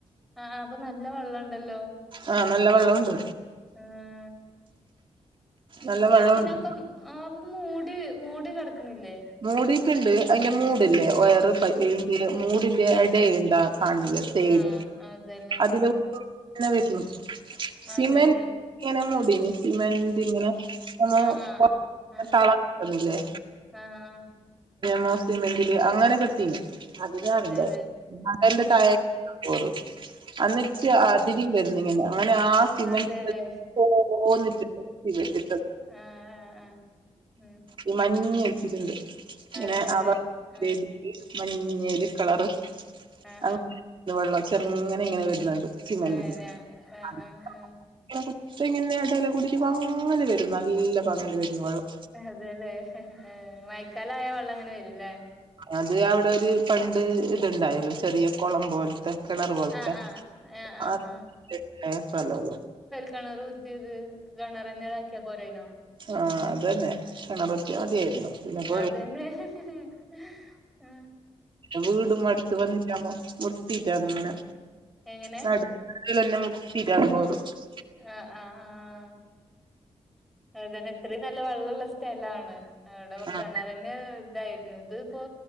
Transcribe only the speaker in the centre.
ആ അപ്പൊ നല്ല വെള്ളം ഉണ്ടല്ലോ
ഉം
ഇവിടെ
പിന്നൊക്കെ ആ അപ്പൊ മൂടി മൂടി കിടക്കണില്ലേ
ആഹ് അതെല്ലേ
ആഹ്
അതെല്ലേ
ആഹ് ആഹ് ആഹ് ആഹ്
ആഹ് ആഹ്
അതെല്ലേ
ആഹ്
ആഹ്
അതെല്ലേ
ആഹ് ആഹ് ആഹ് ഉം
അതെല്ലേ
ആഹ്
ആഹ്
ആഹ്
ഏഹ്
ഞ ആഹ്
ആഹ് ആഹ്
അതല്ലേ മയക്കാല ആയ വെള്ളം അങ്ങനെ വരുംല്ലേ
ആഹ് ആഹ് ആഹ് ആഹ്
കെണറ് കുത്തിയത് കിണറന്നെതാക്കിയാ പോരായിനോ
അതെന്നെ ആഹ്
എങ്ങനെ
ആഹ് ആഹ് ആഹ് അത് തന്ന ഇത്രം നല്ല വെള്ളള്ള സ്ഥലാണ് അവിടെ വെ
കെണറിന് ഇതായിരുന്നു ഇത് ഇപ്പോ